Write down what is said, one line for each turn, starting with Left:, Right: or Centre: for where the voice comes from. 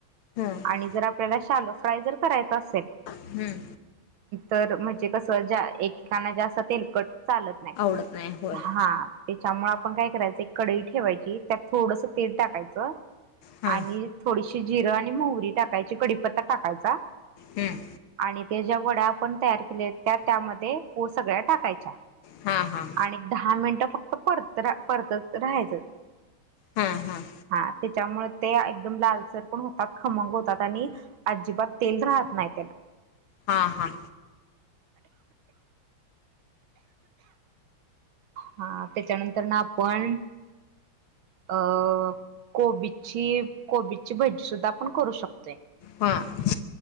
Left: हां
Right: आणि जर आपल्याला शालो फ्राय जर करायचा असेल.
Left: हम्म.
Right: तर म्हणजे कस ज्या एकेकाना ज असत तेलकट चालत नही
Left: आवडत नाही होय
Right: हा. त्याच्यामुळे आपण काय करायचं एक कडई ठेवायची त्यात थोडस तेल टाकायचं
Left: हां
Right: आणि थोडीशी जिरं आणि मोहरी टाकायची कडीपत्ता टाकायचा
Left: हम्म.
Right: आणि ते ज्या वड्या आपण तयार केल्या त्या त्यामध्ये पो सगळ्या टाकायच्या.
Left: हां हां
Right: आणि ऐक दहा मिनिटं फक्त परत परतच राहायचं.
Left: हम्म-हम्म.
Right: हा त्याच्यामुळे ते एकदम लालसर पण होतात खमंग होतात आणि अजिबात तेल राहत नाही त्याला.
Left: हा-हा.
Right: हा त्याच्यानंतर ना आपण अ कोबीची-कोबीची भजी सुद्धा आपण करू शकतोय.
Left: हम्म.